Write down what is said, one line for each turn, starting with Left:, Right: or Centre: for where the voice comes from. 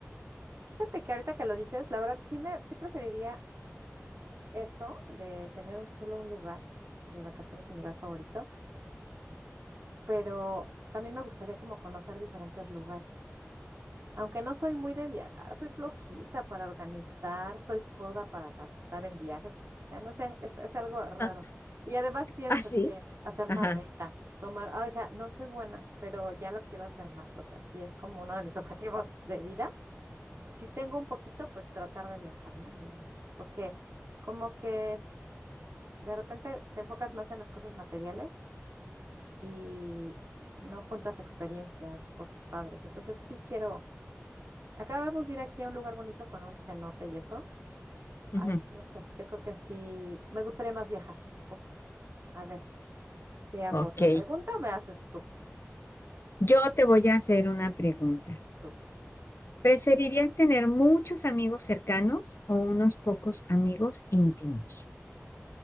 Right: Fíjate que ahorita que lo dices, la verdad sí me, sí preferiría eso de tener un solo un lugar de vacaciones en mi lugar favorito. pero también me gustaría como conocer diferentes lugares. Aunque no soy muy de viajar, soy flojita para organizar, soy coda para gastar en viajes. O sea, no sé, es, es algo raro.
Left: Ah,
Right: Y además pienso,
Left: ah, sí.
Right: che, hacer
Left: Ajá.
Right: maleta, tomar, ah, o sea, no soy buena, pero ya lo quiero hacer más. O sea, sí es como uno de mis objetivos de vida. Si tengo un poquito, pues tratar de viajar, ¿no? De- porque como que de repente te enfocas más en las cosas materiales y no juntas experiencias, cosas padres. Entonces sí quiero, acabamos de ir aquí a un lugar bonito con un cenote y eso.
Left: ujú,
Right: Ay, no sé, yo creo que sí, me gustaría más viajar un poquito. A ver, te hago
Left: Ok.
Right: otra pregunta, o me haces tú.
Left: Yo te voy a hacer una pregunta.
Right: Súper.
Left: ¿Preferirías tener muchos amigos cercanos o unos pocos amigos íntimos?